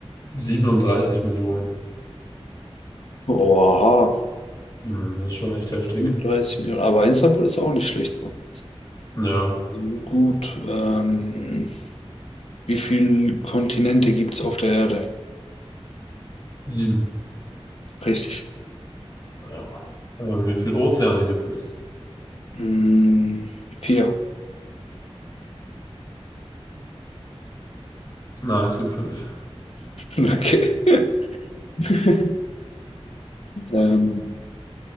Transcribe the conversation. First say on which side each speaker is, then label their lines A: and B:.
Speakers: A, on the left; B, on the left.
A: 37 Millionen.
B: Oha,
A: Hm, das ist schon echt
B: 37
A: heftig.
B: Millionen. Aber Istanbul ist auch nicht schlecht dran.
A: Ja,
B: So Gut, ähm, wie viele Kontinente gibt es auf der Erde?
A: sieben.
B: Richtig.
A: Ja. Ähm, wie viele Ozeane gibt es?
B: Mm, vier.
A: Nein, es gibt fünf.
B: Okay. <laughs> Ähm,